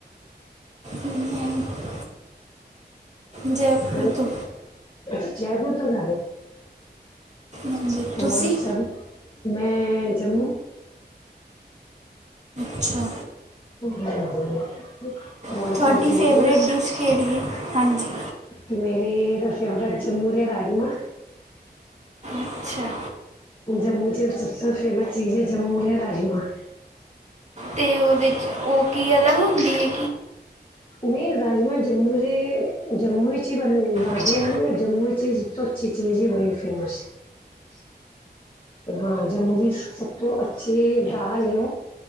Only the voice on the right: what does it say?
ਮੈਂ ਜੈਪੁਰ
ਤੋਂ
ਹਾਂਜੀ ਤੁਸੀਂ
ਅੱਛਾ
ਤੁਹਾਡੀ
ਫੇਵਰੇਟ
ਡਿਸ਼ ਕਿਹੜੀ ਹੈ ਹਾਂਜੀ
ਅੱਛਾ
ਤੇ ਉਹਦੇ 'ਚ, ਉਹ ਕੀ ਅਲੱਗ ਹੁੰਦੀ ਹੈ
ਅੱਛਾ